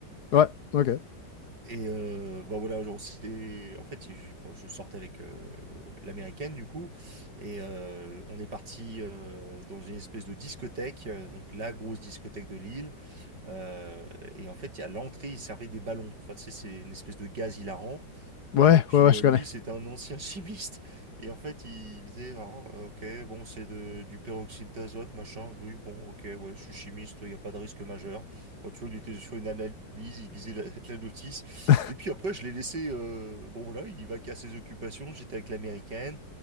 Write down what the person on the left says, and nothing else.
Ouais. Ok.
Ouais.
Ouais. Ouais. Je
connais.
<laughs>